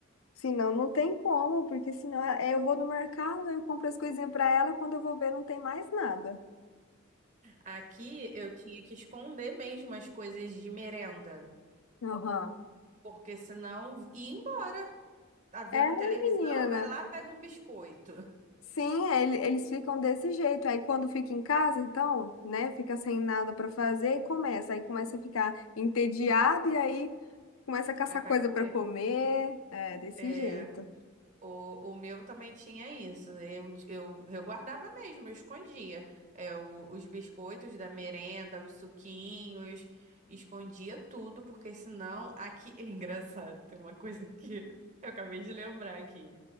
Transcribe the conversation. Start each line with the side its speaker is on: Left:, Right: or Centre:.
Left: Senão não tem como, porque senão é, eu vou no mercado, eu compro as coisinhas para ela, quando eu vou ver não tem mais nada.
Right: Aqui eu tinha que esconder mesmo as coisas de merenda,
Left: Aham.
Right: porque senão ia embora. Tá vendo
Left: É,
Right: televisão,
Left: menina.
Right: vai lá, pega um biscoito,
Left: Sim, é, ele- eles ficam desse jeito. Aí quando fica em casa, então, né, fica sem nada para fazer e começa. Aí começa a ficar entediado e aí começa a caçar
Right: aí vai
Left: coisa
Right: comer.
Left: para comer. É, desse
Right: É.
Left: jeito.
Right: O, o meu também tinha isso. Eu, eu, eu guardava mesmo, eu escondia. É, o- os biscoitos da merenda, os suquinhos, escondia tudo, porque senão aqui. <laughs> É engraçado, tem uma coisa que <laughs> eu acabei de lembrar aqui.